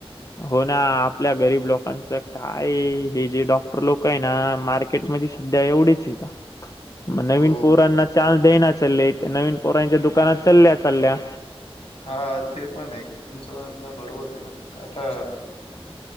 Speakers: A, on the left (about 35°); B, on the left (about 70°).
A: हो ना आपल्या गरीब लोकांच काय हे जे डॉक्टर लोक आहे ना म केट मध्ये सध्या एवढेच आहे. मग नवीन
B: हो
A: पोरांना चान्स देई ना चाले त्या नवीन पोरांच्या दुकानात चालल्या चालल्या
B: हा ते पण आहे तुमचं म्हणणं बरोबर आहे ना काता